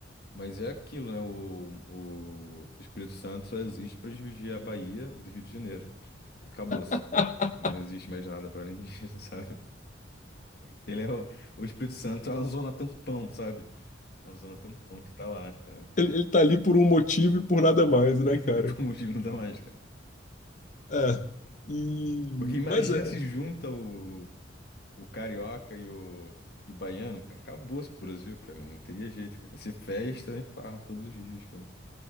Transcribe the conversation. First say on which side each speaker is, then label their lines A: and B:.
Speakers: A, on the left (about 55°); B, on the left (about 40°).
A: Mas é aquilo, né? O, o Espírito Santo só existe para dividir a Bahia do Rio de Janeiro. E acabou-se.
B: <laughs>
A: Não existe mais nada para além disso, <laughs> sabe? Ele é o, o Espírito Santo é uma zona tampão, sabe? Uma zona tampão que tá lá, cara.
B: Ele, ele tá ali por um motivo e por nada mais, né,
A: <laughs>
B: cara?
A: E por motivo não dá mais, cara.
B: É. E...
A: Porque imagina
B: Mas é.
A: se junta o, o carioca e o, e o baiano, cara. Acabou-se o Brasil, cara. Não teria jeito, cara. Ia ser festa, né? Farra todos os dias, cara.